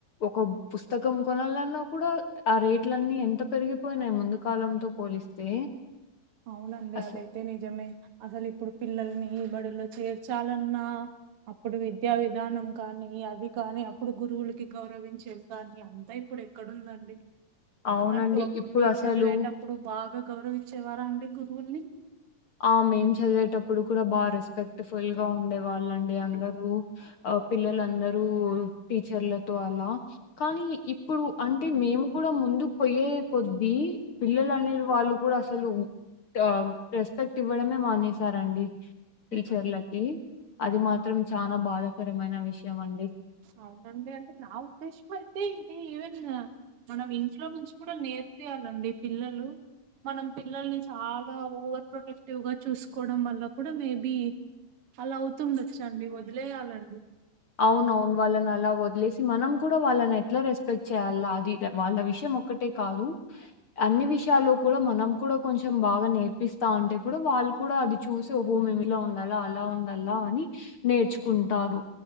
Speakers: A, on the left (about 55°); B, on the right (about 50°).
A: ఒక్కో పుస్తకం కొనాలన్న కూడా ఆ రేట్లన్నీ ఎంత పెరిగిపోయినై ముందు కాలంతో పోలిస్తే
B: అవునండి
A: అసలు
B: అదైతే నిజమే అసలు ఇప్పుడు పిల్లల్ని ఈ బడిలో చేర్చాలన్నా అప్పుడు విద్యా విధానం కానీ, అది కానీ అప్పుడు గురువులకి గౌరవించేది కానీ అంతయి ఇప్పుడు ఎక్కడుందండి
A: అవునండి
B: అన్నట్టు అప్పుడు
A: ఇప్పుడు
B: మీరు
A: అసలు
B: చదివేటప్పుడు బాగా గౌరవిచ్చేవారా అండి గురువుల్ని.
A: ఆ మేం చదివేటప్పుడు కూడా బా రెస్పెక్ట్ఫుల్గా ఉండే వాళ్ళండి అందరూ అ అ పిల్లలందరూ టీచర్లతో అలా కానీ ఇప్పుడు అంటే మేం కూడా ముందుక్ పోయే కొద్దీ పిల్లలనే వాళ్ళు కూడా అసలు గా రెస్పెక్ట్ ఇవ్వడమే మానేసారండి టీచర్లకి.
B: హ్మ్.
A: అది
B: అవునండి.
A: మాత్రం చానా బాధాకరమైన విషయం అండి.
B: అవునండి అంటే నా ఉద్దేశం అయితే ఇది ఈవెన్ మనం ఇంట్లో నుంచి కూడా నేర్ పియాలండి పిల్లలు మనం పిల్లల్ని చాలా ఓవర్ ప్రొటెక్టివ్గ చూస్కోడం వల్ల కూడా మేబి అలా అవుతుండొచ్చండి వదిలేయాలండి.
A: అవునవున్ వాళ్ళన్ అలా వదిలేసి మనం కూడా వాళ్ళనెట్ల రెస్పెక్ట్ చేయాలా అది వాళ్ళ విషం ఒకటే కాదు. అన్ని విషయాల్లో కూడా మనం కూడా కొంచం బాగా నేర్పిస్తా ఉంటే కూడా వాళ్ళు కూడా అది చూసి హోహో మేమిలా ఉండాలా అలా ఉండాలా అని నేర్చుకుంటారు.